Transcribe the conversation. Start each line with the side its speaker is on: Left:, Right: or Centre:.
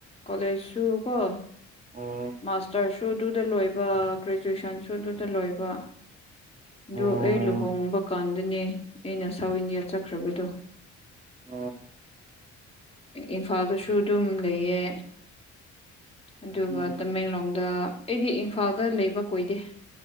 Left: ꯀꯣꯂꯦꯖꯁꯨ ꯀꯣ
Right: ꯑꯣ
Left: ꯃꯥꯁꯇꯔ ꯁꯨꯗꯨꯗ ꯂꯣꯏꯕ ꯒ꯭ꯔꯦꯖꯨꯋꯦꯁꯟꯁꯨ ꯗꯨꯗꯥ ꯂꯣꯏꯕ ꯑꯗꯣ
Right: ꯑꯣ
Left: ꯑꯩ ꯂꯨꯍꯣꯡꯕ ꯀꯥꯟꯗꯅꯦ ꯑꯩꯅ ꯁꯥꯎꯠ ꯏꯟꯗꯤꯌꯥ ꯆꯠꯈ꯭ꯔꯕꯗꯣ
Right: <unintelligible>
Left: ꯏꯝꯐꯥꯜꯗꯁꯨ ꯑꯗꯨꯝ ꯂꯩꯌꯦ ꯑꯗꯨꯒ
Right: ꯎꯝ
Left: ꯇꯃꯦꯡꯂꯣꯡꯗ ꯑꯩꯗꯤ ꯏꯝꯐꯥꯜꯗ ꯂꯩꯕ ꯀꯨꯏꯗꯦ